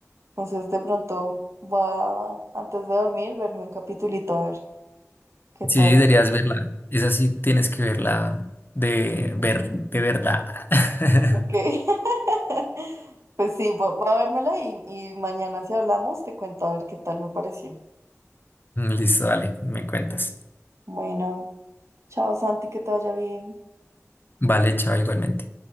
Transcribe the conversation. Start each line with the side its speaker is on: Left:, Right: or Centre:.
Right: Entonces de pronto voy a, antes de dormir, verme un capitulito a ver qué tal.
Left: Sí, deberías verla. Esa sí tienes que verla de ver de verdad. <laughs>
Right: Ok. <laughs> Pues sí, voy, voy a vérmela y, y mañana si hablamos te cuento a ver qué tal me pareció.
Left: Listo, dale, me cuentas.
Right: Bueno, chao Santi, que te vaya bien.
Left: Vale, chao, igualmente.